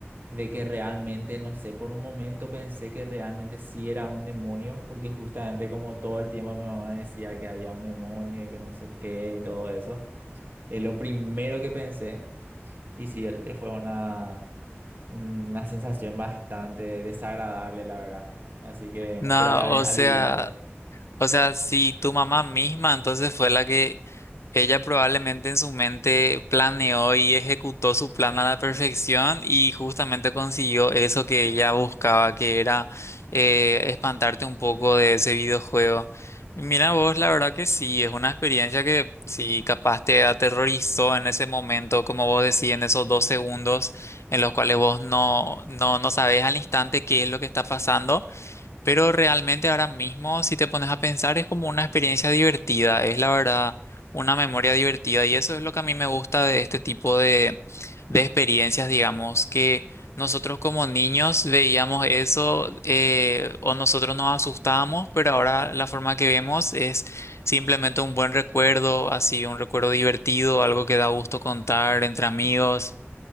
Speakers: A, on the right; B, on the left.
A: de que realmente, no sé, por un momento pensé que realmente sí era un demonio, porque justamente como todo el tiempo mi mamá decía que había un demonio y que no sé qué y todo eso, es lo primero que pensé. Y sí, el- fue una, una sensación bastante desagradable, la verdad. Así que,
B: No,
A: pero a la vez
B: o
A: aliviante.
B: sea. O sea, si tu mamá misma entonces fue la que ella probablemente en su mente planeó y ejecutó su plan a la perfección y justamente consiguió eso que ella buscaba, que era eh, espantarte un poco de ese videojuego. Mira vos, la verdad que sí, es una experiencia que sí, capaz te aterrorizó en ese momento, como vos decís, en esos dos segundos en los cuales vos no, no, no sabés al instante qué es lo que está pasando. Pero realmente ahora mismo, si te pones a pensar, es como una experiencia divertida, es la verdad una memoria divertida y eso es lo que a mí me gusta de este tipo de, de experiencias, digamos, que nosotros como niños veíamos eso eh, o nosotros nos asustábamos, pero ahora la forma que vemos es simplemente un buen recuerdo, así un recuerdo divertido, algo que da gusto contar entre amigos.